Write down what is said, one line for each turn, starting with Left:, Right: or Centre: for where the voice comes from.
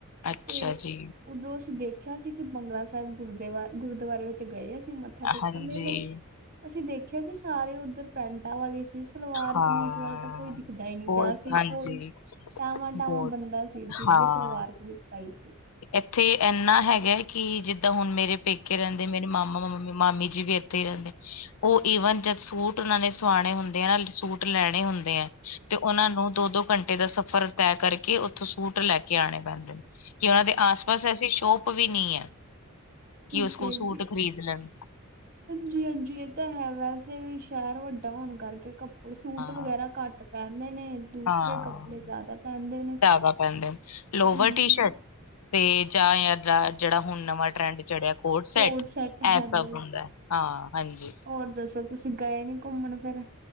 Left: ਅੱਛਾ
Right: ਤੇ
Left: ਜੀ,
Right: ਉਦੋਂ ਅਸੀਂ ਦੇਖ ਦੇਖਿਆ ਸੀ ਕਿ ਬੰਗਲਾ ਸਾਹਿਬ ਗੁਰਦਵ ਗੁਰਦੁਆਰੇ ਵਿੱਚ ਗਏ ਸੀ ਮੱਥਾ ਟੇਕਣ
Left: ਹਾਂਜੀ,
Right: ਦੇ ਲਈ ਅਸੀਂ ਦੇਖਿਆ ਕਿ ਸਾਰੇ ਉੱਧਰ ਪੈਂਟਾਂ ਵਾਲੇ ਸੀ। ਸਲਵਾਰ
Left: ਹਾਂ।
Right: ਕਮੀਜ਼ ਵਾਲਾ ਤਾਂ ਕੋਈ ਦਿਖਦਾ ਹੀ ਨਹੀਂ
Left: ਬਹੁਤ
Right: ਪਿਆ ਸੀ
Left: ਹਾਂਜੀ,
Right: ਕੋਈ ਟਾਵਾਂ-
Left: ਬਹੁਤ
Right: ਟਾਵਾਂ ਬੰਦਾ ਸੀ ਜਿਸਦੇ
Left: ਹਾਂ।
Right: ਸਲਵਾਰ-ਕਮੀਜ ਪਾਈ ਸੀ।
Left: ਇੱਥੇ ਇੰਨਾ ਹੈਗਾ ਕਿ ਜਿੱਦਾਂ ਹੁਣ ਮੇਰੇ ਪੇਕੇ ਰਹਿੰਦੇ ਮੇਰੇ ਮਾਮਾ- -ਮਾਮ- ਮਾਮੀ ਜੀ ਵੀ ਇੱਥੇ ਹੀ ਰਹਿੰਦੇ। ਉਹ ਈਵਨ ਜਦ ਸੂਟ ਉਹਨਾਂ ਨੇ ਸੁਆਣੇ ਹੁੰਦੇ ਆ ਨਾ, ਸੂਟ ਲੈਣੇ ਹੁੰਦੇ ਆ। ਤੇ ਉਹਨਾਂ ਨੂੰ ਦੋ- ਦੋ ਘੰਟੇ ਦਾ ਸਫ਼ਰ ਤੈਅ ਕਰਕੇ ਉੱਥੋਂ ਸੂਟ ਲੈ ਕੇ ਆਉਣੇ ਪੈਂਦੇ ਨੇ। ਕਿ ਉਹਨਾਂ ਦੇ ਆਸ -ਪਾਸ ਐਸੀ ਸ਼ੋਪ ਵੀ ਨਹੀਂ ਹੈ
Right: ਠੀਕ
Left: ਕਿ ਉਸ ਕੋਲ
Right: ਹੈ
Left: ਸੂਟ
Right: ਜੀ
Left: ਖਰੀਦ ਲੈਣ।
Right: ਹਾਂਜੀ -ਹਾਂਜੀ, ਇਹ ਤਾਂ ਹੈ ਵੈਸੇ ਵੀ ਸ਼ਹਿਰ ਵੱਡਾ ਹੋਣ ਕਰਕੇ ਕਪ ਸੂਟ
Left: ਹਾਂ।
Right: ਵਗੈਰਾ ਘੱਟ ਪਹਿਨਦੇ ਨੇ ਦੂਸਰੇ
Left: ਹਾਂ,
Right: ਕੱਪੜੇ ਜਿਆਦਾ ਪਹਿਨਦੇ ਨੇ,
Left: ਜ਼ਿਆਦਾ ਪੈਂਦੇ ਨੇ ਲੋਵਰ
Right: ਹਾਂਜੀ।
Left: ਟੀ ਸ਼ਰਟ ਤੇ ਜਾਂ ਯਾਰ ਦਾ ਜਿਹੜਾ ਹੁਣ ਨਵਾਂ ਟਰੈਂਡ ਚੜਿਆ ਕੋਟ
Right: ਕੋਡ
Left: ਸੈਟ ਇਹ
Right: ਹਾਂਜੀ
Left: ਸਭ ਹੁੰਦਾ ਹਾਂ, ਹਾਂਜੀ।
Right: ਹੋਰ ਦੱਸੋ ਤੁਸੀਂ ਗਏ ਨੀ ਘੁੰਮਣ ਫੇਰ?